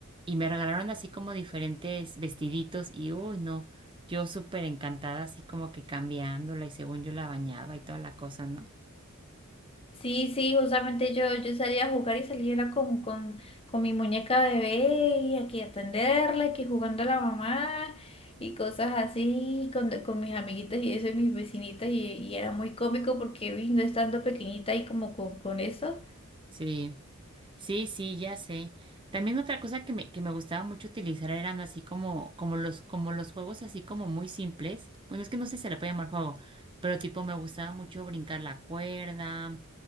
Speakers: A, on the right (about 25°); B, on the left (about 25°).
A: Y me regalaron así como diferentes vestiditos y uy, no, yo súper encantada, así como que cambiándola y según yo la bañaba y toda la cosa, ¿no?
B: Sí, sí, justamente yo, yo salía a jugar y salía era como con, con mi muñeca bebé y aquí atenderla, aquí jugando a la mamá y cosas así con, con mis amiguitas y eso y mis vecinitas y, y era muy cómico porque uy, no estando pequeñita y como con, con eso.
A: Sí, sí, sí, ya sé. También otra cosa que me, que me gustaba mucho utilizar eran así como, como los, como los juegos así como muy simples. Bueno, es que no sé si se le puede llamar juego, pero tipo me gustaba mucho brincar la cuerda,